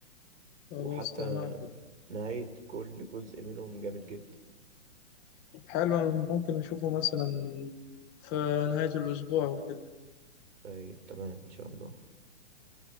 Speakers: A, on the left (about 15°); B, on the right (about 80°).
A: خلاص
B: وحتى
A: تمام
B: نهاية كل جزء منهم جامد جدا
A: حلو ممكن اشوفه مثلا في نهاية الاسبوع وكده
B: طيب تمام إن شاء الله